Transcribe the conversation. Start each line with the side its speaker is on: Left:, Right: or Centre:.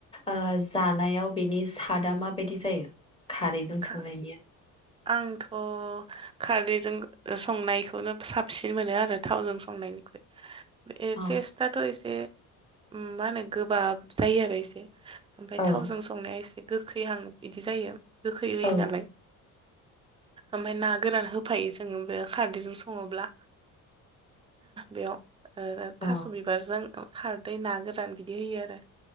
Left: ओ जानायाव बेनि सादआ माबायदि जायो खारैजों
Right: खा
Left: संनायनिया
Right: आंथ' खारदैजों संनायखौनो साबसिन मोनो आरो थावजों संनायनिख्रुइ ए
Left: औ
Right: टेस्त आथ' एसे ओम मा होनो गोबाब जायो आरो इसे ओमफाय
Left: औ
Right: थावजों संनाया एसे गोखैहां इदि जायो गोखै होयो
Left: औ
Right: नालाय ओमफाय ना गोरान होफायो जोङो खारदैजों सङोब्ला बेयाव ओ
Left: औ
Right: थास' बिबारजों खारदै ना गोरान बिदि होयो आरो‌